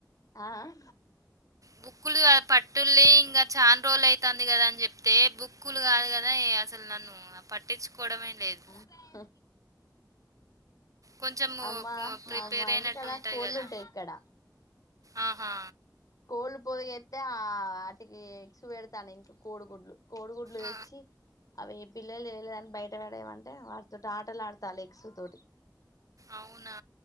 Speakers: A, on the left; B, on the right.
A: ఆహా
B: బుక్కులు ఇగా పట్టుల్లి ఇంగా చాన్ రోజుల్ అయితాంది కదా అని చెప్తే బుక్ క్కూల్ కాదు కదా అసలు నన్ను పట్టిచ్చుకోడమే లేదు
A: హా
B: కొంచెం
A: అమ్మా మ
B: ప్రిపేర్
A: మా
B: అయినట్టు
A: ఇంటికెల్ల
B: ఉంటది
A: కోళ్ళు
B: కదా
A: ఉంటాయి ఇక్కడ
B: ఆహా
A: కోళ్ళు పొదిగేత్తే ఆ వాటికి ఎగ్స్ పెడతాన్నయ్ ఇంకా కోడిగుడ్లు కోడిగుడ్లు
B: ఆ,
A: తెచ్చి అవి బిల్లలు చేయలేదని బయటపడేయమంటే వాటితోటి ఆటలు ఆడతాళ్ళు ఎగ్స్ తోటి
B: అవునా